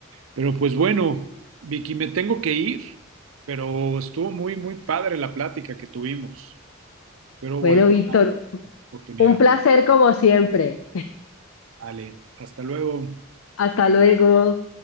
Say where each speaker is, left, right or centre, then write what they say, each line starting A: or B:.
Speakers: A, on the right; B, on the left.
A: Pero pues bueno, Vicky, me tengo que ir, pero estuvo muy, muy padre la plática que tuvimos. Espero
B: Bueno,
A: volver
B: Víctor,
A: a la oportunidad.
B: un placer como siempre.
A: Vale, hasta luego.
B: Hasta luego.